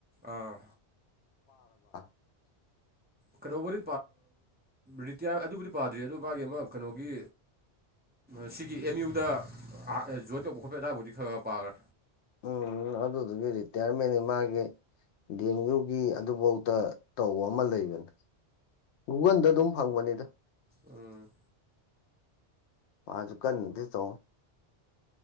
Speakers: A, on the right; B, on the left.
A: ꯑꯥ
B: <unintelligible>
A: ꯀꯩꯅꯣꯕꯨꯗꯤ ꯔꯤꯇꯤꯌꯥꯔ ꯑꯗꯨꯕꯨꯗꯤ ꯄꯥꯗ꯭ꯔꯤ ꯑꯗꯨ ꯃꯥꯒꯤ ꯑꯃ ꯀꯩꯅꯣꯒꯤ ꯁꯤꯒꯤ ꯑꯦꯝ ꯌꯨꯗ ꯖꯣꯏꯟ ꯇꯧꯕ ꯈꯣꯠꯄ ꯑꯗꯨꯋꯥꯏꯕꯨꯗꯤ ꯈꯔ ꯈꯔ ꯄꯥꯈ꯭ꯔꯦ
B: ꯎꯝ ꯑꯗꯨꯗꯨꯒꯤ ꯔꯤꯇꯥꯌꯥꯔꯃꯦꯟꯅꯤ ꯃꯥꯒꯤ ꯗꯦꯡ ꯌꯨꯒꯤ ꯑꯗꯨꯐꯧꯗ ꯇꯧꯕ ꯑꯃ ꯂꯩꯕꯅꯤ ꯒꯨꯒꯜꯗ ꯑꯗꯨꯝ ꯐꯪꯕꯅꯦꯗ
A: ꯎꯝ
B: ꯃꯥꯁꯨ ꯀꯥꯟꯅꯗꯤ ꯇꯧꯕꯅꯦ